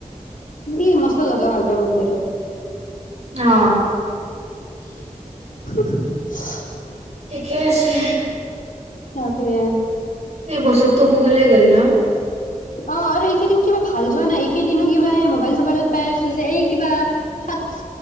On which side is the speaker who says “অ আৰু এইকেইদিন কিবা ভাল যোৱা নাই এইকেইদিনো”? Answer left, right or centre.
Left